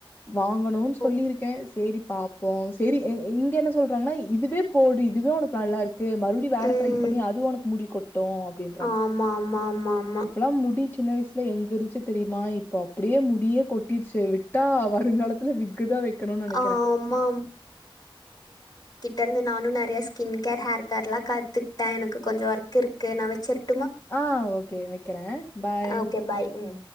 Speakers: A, on the left; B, on the left.
A: வாங்கணுனு
B: ஓ
A: சொல்லியிருக்கே சேரி பாப்போ சேரி இங் இங்க என்ன சொல்றாங்கன்னா இதுவே போடு இதுவே ஒனக்கு நல்லா இருக்கு வேற
B: ம்
A: ட்ரை பண்ணி அது ஒனக்கு முடிக்கொட் ட்டு அப்டின்றாங்க
B: ஆமா ஆமா ஆமா ஆமா
A: இப்பல்லா முடி சின்ன வயசுல எங்கருந்துச்சு தெரியுமா இப்ப அப்டியே முடியே கொட்டி ச்சு விட்டா வருங்காலத்துல விக்குதா வக்கணுனு நெனக்கிறே
B: ஆமா டருந்து நானு நெறைய ஸ்கின் கேர் ஹேர் கேர்ல்லா கத்துட்டே எனக்கு கொஞ்சோ ஒர்க் இருக்கு நா வச்சிரு
A: ஆ ஓகே வக்கிறே பாய்
B: ஓகே பாய் ம்